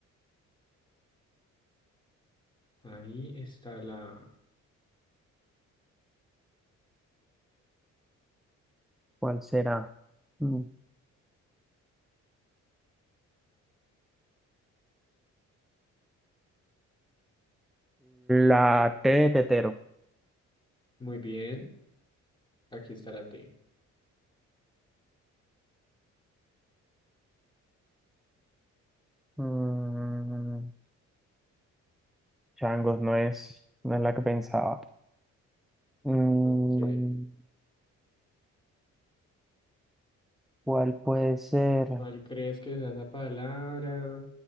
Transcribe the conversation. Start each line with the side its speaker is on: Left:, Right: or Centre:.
Left: Ahí está la A.
Centre: cuál será. Mm, La T de tetero.
Left: Muy bien. Aquí está la T.
Centre: Mm, changos, no es, no es la que pensaba. Mm,
Left: Ok.
Centre: ¿cuál puede ser?
Left: ¿Cuál crees que sea esa palabra?